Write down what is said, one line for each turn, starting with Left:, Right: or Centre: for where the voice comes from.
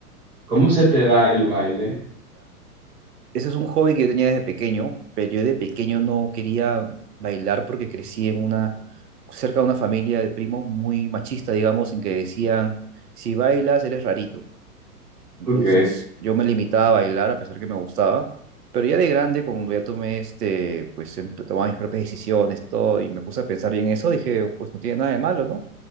Centre: ¿Cómo se te da el baile?
Right: Ese es un hobby que yo tenía desde pequeño, pero yo de pequeño no quería bailar porque crecí en una, cerca de una familia de primos muy machista, digamos, en que decían, si bailas eres rarito. Entonces
Centre: Ok,
Right: yo me limitaba a bailar a pesar que me gustaba, pero ya de grande, cuando ya tomé este, pues em- tomaba mis propias decisiones, todo, y me puse a pensar bien eso, dije, pues no tiene nada de malo, ¿no?